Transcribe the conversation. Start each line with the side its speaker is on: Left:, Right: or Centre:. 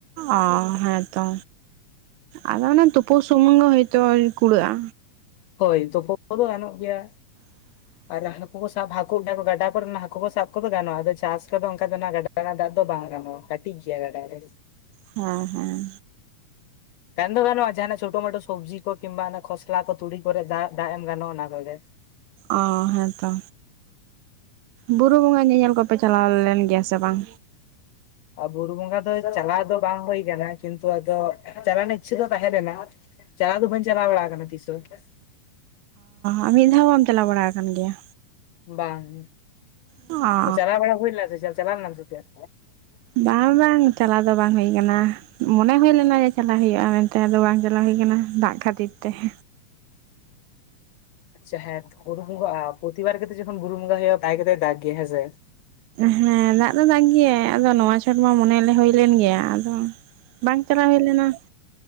Right: ᱚ ᱦᱮᱸᱛᱚ ᱟᱫᱚ ᱚᱱᱮ ᱛᱩᱯᱩ ᱥᱩᱢᱩᱝ ᱜᱮ ᱦᱚᱭᱛᱚ ᱠᱩᱲᱟᱹᱜᱼᱟ
Left: ᱦᱚᱭ ᱛᱚᱯᱚᱜ ᱠᱚᱫᱚ ᱜᱟᱱᱚᱜ ᱜᱮᱭᱟ
Right: <inaudible>
Left: ᱟᱨ ᱦᱟᱹᱠᱩ ᱠᱚ ᱥᱟᱵ ᱦᱟᱹᱠᱩ ᱜᱟᱰᱟ ᱠᱚᱨᱮ ᱦᱟᱹᱠᱩ ᱠᱚ ᱥᱟᱵ ᱠᱚᱫᱚ ᱜᱟᱱᱼᱟ ᱟᱫᱚ ᱪᱟᱥ ᱠᱚᱫᱚ ᱚᱱᱠᱟ ᱜᱟᱰᱟ ᱚᱱᱟ ᱫᱟᱜ ᱫᱚ ᱵᱟᱝ ᱜᱟᱱᱚᱜᱼᱟ ᱠᱟᱹᱴᱤᱡ ᱜᱮᱭᱟ ᱜᱟᱰᱟ ᱨᱮ
Right: ᱦᱮᱸ ᱦᱮᱸ
Left: ᱜᱟᱱ ᱫᱚ ᱜᱟᱱᱚᱜᱼᱟ ᱡᱟᱦᱟᱱᱟᱜ ᱪᱷᱳᱴᱳ ᱢᱳᱴᱳ ᱥᱚᱵᱽᱡᱤ ᱠᱚ ᱠᱤᱢᱵᱟ ᱠᱷᱚᱥᱞᱟ ᱠᱚ ᱛᱩᱲᱤ ᱠᱚᱨᱮ ᱫᱟᱜ ᱮᱢ ᱜᱟᱱᱚᱜᱼᱟ ᱚᱱᱟ ᱠᱚᱜᱮ
Right: ᱚ ᱦᱮᱸ ᱛᱚ ᱵᱩᱨᱩ ᱵᱚᱸᱜᱟ ᱧᱮᱧᱮᱞ ᱠᱚᱯᱮ ᱪᱟᱞᱟᱣᱢ ᱞᱮᱱ ᱜᱮᱭᱟ ᱥᱮ ᱵᱟᱝ?
Left: ᱵᱩᱨᱩ ᱵᱚᱸᱜᱟ ᱫᱚ ᱪᱟᱞᱟᱣ ᱫᱚ ᱵᱟᱝ ᱦᱩᱭ ᱠᱟᱱᱟ ᱠᱤᱱᱛᱩ ᱟᱫᱚ ᱪᱟᱞᱟᱣ ᱨᱮᱱᱟᱜ ᱤᱪᱷᱟᱹ ᱫᱚ ᱛᱟᱦᱮᱸ ᱞᱮᱱᱟ ᱪᱟᱞᱟᱣ ᱫᱚ ᱵᱟᱹᱧ ᱪᱟᱞᱟᱣ ᱵᱟᱲᱟ ᱟᱠᱟᱱᱟ ᱛᱤᱥᱚ ᱮᱱᱛᱮᱜ?
Right: ᱚ ᱢᱤᱫ ᱫᱷᱟᱣ ᱵᱟᱢ ᱪᱟᱞᱟᱣ ᱵᱟᱲᱟ ᱟᱠᱟᱱ ᱜᱮᱭᱟ?
Left: ᱵᱟᱝ
Right: ᱚ
Left: ᱪᱟᱞᱟᱣ ᱵᱟᱲᱟ ᱦᱩᱭ ᱞᱮᱱᱟ ᱥᱮ ᱪᱮ ᱪᱟᱞᱟᱣ ᱞᱮᱱᱟᱢ ᱥᱮ? ᱪᱮᱫ?
Right: ᱵᱟᱝ ᱵᱟᱝ ᱪᱟᱞᱟᱣ ᱫᱚ ᱵᱟᱝ ᱦᱩᱭ ᱟᱠᱟᱱᱟ ᱾ ᱢᱚᱱᱮ ᱦᱩᱭ ᱞᱮᱱᱟ ᱡᱮ ᱪᱟᱞᱟᱣ ᱦᱩᱭᱩᱜᱼᱟ ᱢᱮᱱ ᱛᱮ ᱟᱫᱚ ᱵᱟᱝ ᱪᱟᱞᱟᱣ ᱦᱩᱭ ᱟᱠᱟᱱᱟ ᱫᱟᱜ ᱠᱷᱟᱹᱛᱤᱨ ᱛᱮ ᱾
Left: ᱟᱪᱷᱟ ᱦᱮᱸ ᱵᱩᱨᱩ ᱵᱚᱸᱜᱟ ᱟᱨ ᱯᱨᱚᱛᱤᱵᱟᱨ ᱠᱟᱛᱮ ᱡᱚᱠᱷᱚᱱ ᱵᱩᱨᱩ ᱵᱚᱸᱜᱟ ᱦᱩᱭᱩᱜᱼᱟ ᱛᱟᱭ ᱠᱟᱛᱮ ᱫᱟᱜ ᱜᱮᱭᱟ ᱦᱮᱸᱥᱮ
Right: ᱦᱮᱸ ᱫᱟᱜ ᱫᱚ ᱫᱟᱜ ᱜᱮᱭᱟ ᱟᱫᱚ ᱱᱚᱶᱟ ᱪᱷᱚᱴ ᱢᱟ ᱢᱚᱱᱮ ᱞᱮ ᱦᱩᱭᱞᱱ ᱜᱮᱭᱟ ᱟᱫᱚ ᱵᱟᱝ ᱪᱟᱞᱟᱣ ᱦᱩᱭ ᱞᱮᱱᱟ ᱾